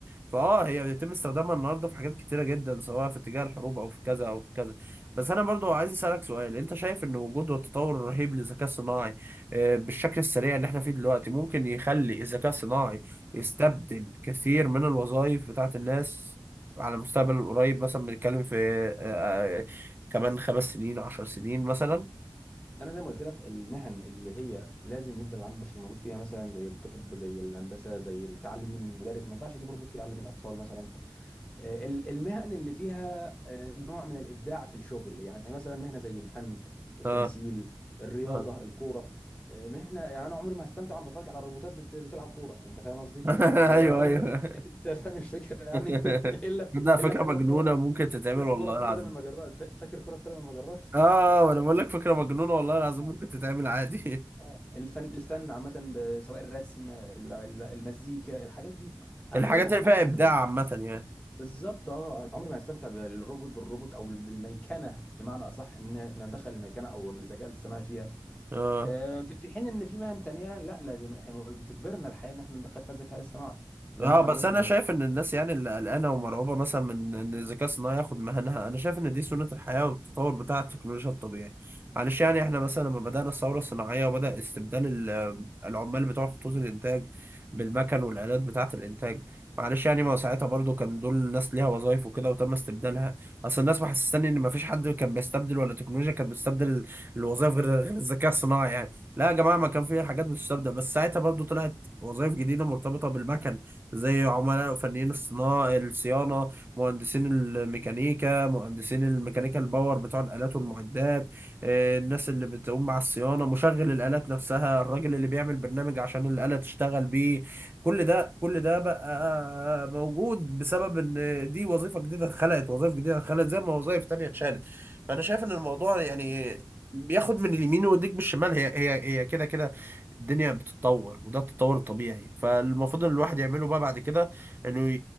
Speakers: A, on the right (about 25°); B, on the left (about 15°).
A: فاه هي بيتم استخدامها النهارده في حاجات كتيره جدا سواء في اتجاه الحروب او في كذا او في كذا بس انا برضو عايز اسالك سؤال انت شايف ان وجود التطور الرهيب للذكاء الصناعي آه، بالشكل السريع اللي احنا فيه دلوقتي ممكن يخلي الذكاء الصناعي يستبدل كثير من الوظائف بتاعت الناس على المستقبل القريب مثلا بنتكلم في آه، آه، كمان خمس سنين عشر سنين مثلا
B: انا زي ما قلت لك المهن اللي هي لازم يفضل العامل البشري موجود فيها مثلا زي الطب زي الهندسه زي التعليم المدرس ما ينفعش اجيب روبوت يعلم الاطفال مثلا آه، ال- المهن اللي فيها آه، نوع من الابداع في الشغل يعني مثلا مهنه زي الفن التمثيل
A: اه
B: الرياضه
A: اه
B: الكوره آه، مهنه يعني انا عمري ما هستمتع وانا بتفرج على الروبوتات بت- بتلعب كوره انت فاهم قصدي
A: <laughs>
B: آه،
A: ايوه
B: عم...
A: ايوه
B: <laughs> انت فاهم الفكره يعني
A: <laughs>
B: <laughs> الا في...
A: ده فكره
B: الا في
A: مجنونه
B: كره قدم
A: ممكن تتعمل
B: الا في
A: والله
B: كره قدم
A: العظيم
B: المجرات فا- فاكر كره قدم المجرات
A: اه وانا بقول لك فكره مجنونه والله العظيم
B: <laughs>
A: ممكن تتعمل عادي
B: اه الفن الفن عامة ب- سواء الرسم ال- ال- المزيكا الحاجات دي
A: <laughs>
B: انا
A: الحاجات
B: عمري ما هستمتع
A: اللي فيها ابداع
B: بال
A: عامه يعني
B: بالظبط اه انا عمري ما هستمتع بالروبوت بالروبوت او بالميكنه بمعنى اصح ان احنا ندخل الميكنه او الذكاء الاصطناعي فيها
A: اه
B: آه، في في حين ان في مهن تانية لا لازم احنا تجبرنا الحياه ان احنا ندخل فيها الذكاء الاصطناعي زي
A: اه
B: ما انت
A: بس
B: ما قلت
A: انا
B: م-
A: شايف ان الناس يعني اللي قلقانه ومرعوبه مثلا من ان الذكاء الصناعي ياخد مهنها انا شايف ان دي سنه الحياه والتطور بتاع التكنولوجيا الطبيعي معلش يعني احنا مثلا لما بدانا الثوره الصناعيه وبدا استبدال ال- العمال بتوع خطوط الانتاج بالمكن والالات بتاعه الانتاج معلش يعني ما هو ساعتها برضو كان دول الناس ليها وظايف وكده وتم استبدالها اصل الناس محسساني ان ما فيش حد كان بيستبدل ولا تكنولوجيا كانت بتستبدل ال- الوظايف غير غير الذكاء الصناعي يعني لا يا جماعه ما كان في حاجات بتستبدل بس ساعتها برضو طلعت وظايف جديده مرتبطه بالمكن زي عملاء فنيين الصناعة الصيانة مهندسين الميكانيكا مهندسين الميكانيكا الباور بتوع الآلات والمعدات آه، الناس اللي بتقوم مع الصيانة مشغل الآلات نفسها الراجل اللي بيعمل برنامج عشان الآلة تشتغل بيه كل ده كل ده بقى موجود بسبب ان دي وظيفة جديدة اتخلقت وظائف جديدة اتخلقت زي ما وظائف تانية اتشالت فأنا شايف ان الموضوع يعني بياخد من اليمين ويديك بالشمال هي هي هي كده كده الدنيا بتتطور وده التطور الطبيعي فالمفروض ان الواحد يعمله بقى بعد كده انه ي-